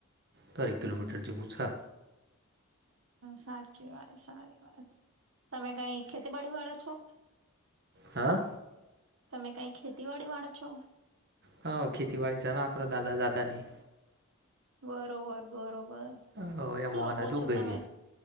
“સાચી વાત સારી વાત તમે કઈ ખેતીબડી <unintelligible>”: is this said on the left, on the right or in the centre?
Right